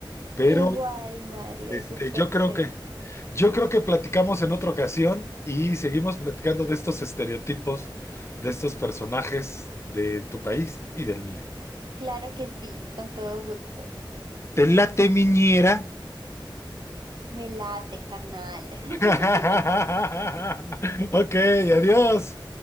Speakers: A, on the left (about 30°); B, on the right (about 55°).
A: Pero,
B: Igual, Mario,
A: este,
B: súper
A: yo creo
B: chévere.
A: que, yo creo que platicamos en otra ocasión y seguimos platicando de estos estereotipos, de estos personajes de tu país y del mío.
B: Claro que sí, con todo gusto.
A: ¿Te late, miñera?
B: Me late, carnal.
A: <laughs>
B: <laughs>
A: ok, adiós.